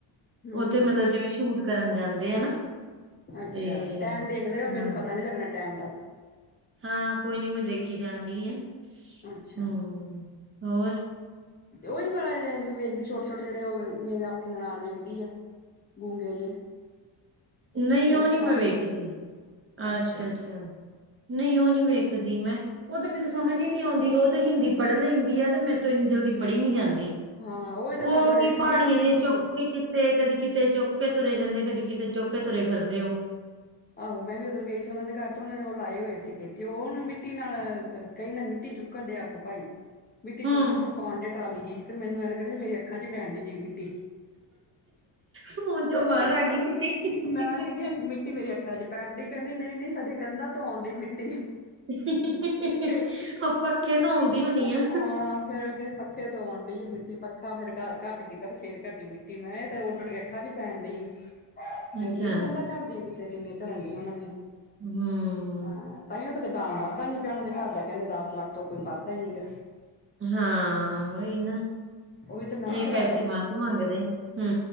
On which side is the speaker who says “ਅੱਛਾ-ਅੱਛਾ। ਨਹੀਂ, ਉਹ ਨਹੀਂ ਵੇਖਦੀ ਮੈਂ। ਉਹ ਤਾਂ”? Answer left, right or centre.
Right